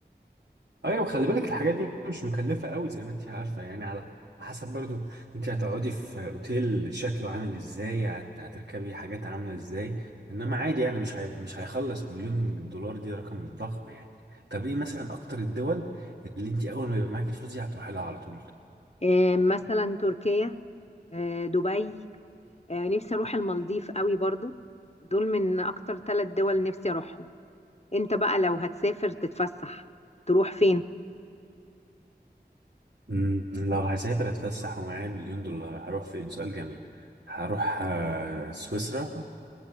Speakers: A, on the right (about 85°); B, on the left (about 40°).
A: ايوه خلي بالك الحاجات دي مش مكلفه قوي زي ما انت عارفه يعني على حسب برضو انت هتقعدي في اوتيل شكله عامل ازاي هت- هتركبي حاجات عامله ازاي انما عادي يعني مش هي... مش هيخلص مليون دولار دي رقم ضخم يعني طب ايه مثلا اكتر الدول اللي انت اول ما يبقى معاكي الفلوس دي هتروحي لها على طول
B: آه، مثلا تركيا آه، دبي آه، نفسي اروح المالديف قوي برضو دول من اكتر ثلاث دول نفسي اروحهم انت بقى لو هتسافر تتفسح تروح فين
A: مم، لو هسافر اتفسح ومعايا المليون دولار هروح فين سؤال جميل هروح آه، سويسرا